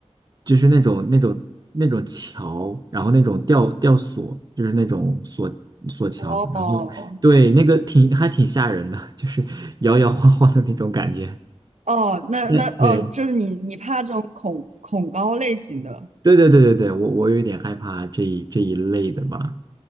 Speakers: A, on the right (about 35°); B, on the right (about 85°).
A: 就是那种那种那种桥，然后那种吊吊索，就是那种索索桥，
B: 哦，
A: 然后对那个挺还挺吓人的，就是摇摇晃晃的那种感觉。
B: 哦，那那哦，
A: 对
B: 就是你你怕这种恐恐高类型的
A: 对对对对对，我我有一点害怕这一这一类的吧。